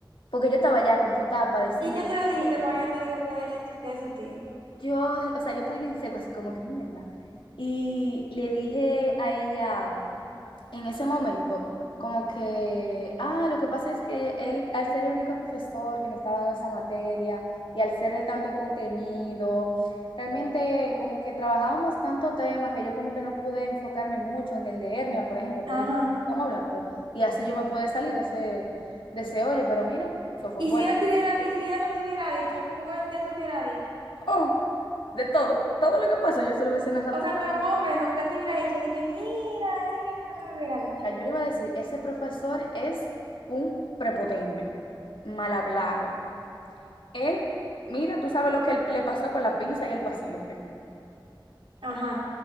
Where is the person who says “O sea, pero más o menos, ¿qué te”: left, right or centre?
Right